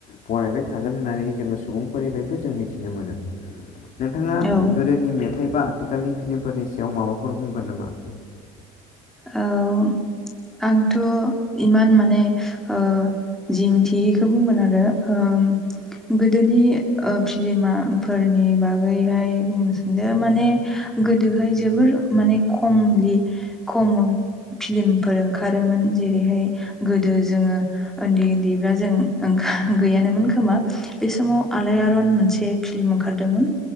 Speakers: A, on the left; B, in the centre.
A: बानायबाय थागोन होननानै जोङो सुबुंफोरनिफ्रायबो जों मिथिनो मोनो। नोंथाङा
B: औ
A: गोदोनि मेथाइ बा आथिखालनि फिलिमफोरनि सायाव माबाफोर बुंगोन नामा?
B: औ। आंथ' इमान माने ओ जि मोन्थियो बिखौ बुंगोन आरो। ओ उम गोदोनि ओ फिलिमा फोरनि बागैहाय बुंनो सानदो माने गोदोहाय जोबोर माने खमलि खम' फिलिमफोर ओंखारोमोन जेरैहाय गोदो जोङो ओन्दै ओन्दै ओ जों ओं गैयानोमोन खोमा बे समाव आलायारन मोनसे फिल्म ओंखारदोंमोन।